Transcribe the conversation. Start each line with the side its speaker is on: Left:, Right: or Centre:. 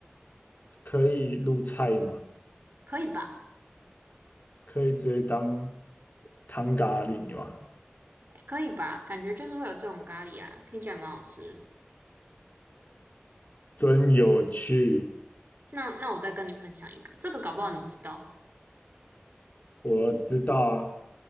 Left: 可以入菜吗？
Right: 可以吧？
Left: 可以直接当汤咖喱吗？
Right: 可以吧？感觉就是会有这种咖喱啊，听起来蛮好吃的
Left: 真有趣，
Right: 那那我再跟你分享一个，这个搞不好你知道。
Left: 我知道啊，